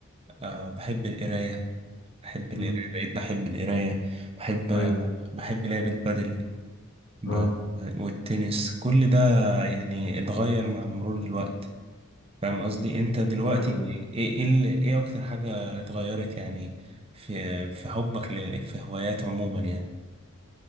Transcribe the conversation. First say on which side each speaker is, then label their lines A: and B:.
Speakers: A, on the right; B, on the left.
A: أه بحب القراية بحب
B: مم.
A: القراية بقيت بحب القراية بحب
B: أيوة
A: بحب لعب البادل ب-
B: أه
A: والتنس كل ده يعني اتغير مع مرور الوقت فاهم قصدي انت دلوقتي
B: أيوة
A: ايه ايه ال- ايه اكتر حاجة اتغيرت يعني في في حبك لل- في هوايات عموما يعني